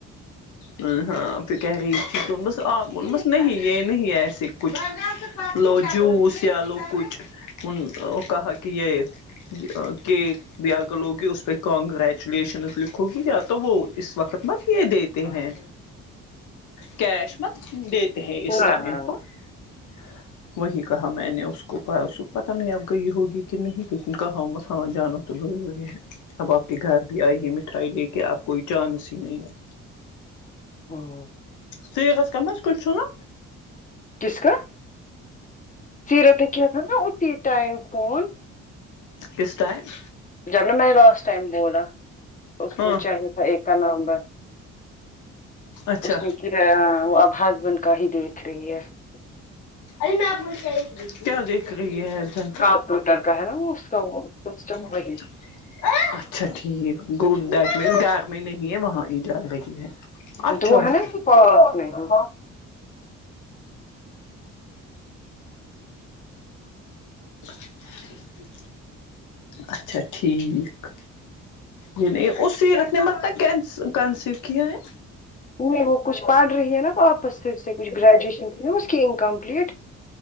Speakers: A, on the left; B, on the left.
A: ہ ہاں پ کہہ رہی بس آپ بول بس نہیں یہ نہیں ایسے کچھ لو جوس یا لو کچھ ان کہا کہ یہ ج کہ <unintelligible> بھییاگلوگی اس پہ کنگریچولیشن لکھو گی یا تو وہ اس وقت مت یہ دیتی ہیں کیش مت دیتے ہیں اس
B: نہ
A: ٹائم
B: نہ نہ
A: پر ہ <inaudible> وہی کہا میں نے اس کو پتہ نہیں اب گئی ہوگی کہ نہیں کییکن کہاں ہو مساں جانو تو لوگ لگے ہیں اب آپ کے گھر بھی آئی ہے مٹھائی لے کے آپ کوئی چانس ہی نہیں ہے <unintelligible>
B: ہوں <inaudible>
A: سٹییکح کمز کٹھ چ وہ
B: جس کا سیرت کت نا ات ہی ٹائم فون <unintelligible>
A: پسٹائ <unintelligible>
B: جب ن میں لاسٹ ٹائم بو رہا اس
A: ہاں
B: کو چاہیے تھا ایکا نومبر
A: اچھا
B: اس نے وہ اب ہسبینڈ کا ہی دیکھ رہی ہے <unintelligible>
A: ال میں آپ ب چی <unintelligible> کیا دیکھ رہی ہےن
B: کمپیوٹر کا ہے نا وہ اس کا وہ سسٹم وہی
A: <unintelligible> اچھا ٹھیک گڈ دیٹ میں بیغ میں نہیں ہے وہاں ہی جا رہی ہے <unintelligible> اچھا
B: دو ہے
A: <unintelligible>
B: نا کہ پاس میں ہے،
A: <inaudible> اچھا ٹھیک ج نہیں اس سیرت نے مت کنسیو کیا ہے
B: نہیں وہ کچھ پڑھ رہی ہے نا واپس پھر سے کچھ گریجویشن تھی نا اس کی انکمپلیٹ